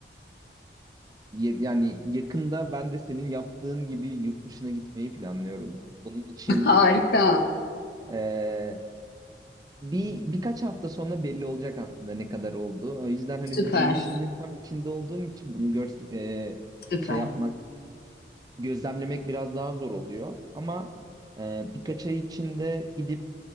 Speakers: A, on the right; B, on the left.
A: Ya- Yani yakında ben de senin yaptığın gibi yurt dışına gitmeyi planlıyorum. Bunun için
B: Harika.
A: eee, bir birkaç hafta sonra belli olacak aslında ne kadar oldu. O yüzden hani
B: Süper.
A: bu değişimin tam içinde olduğum için bunu gör eee,
B: Süper.
A: şey yapmak, gözlemlemek biraz daha zor oluyor. Ama eee, birkaç ay içinde gidip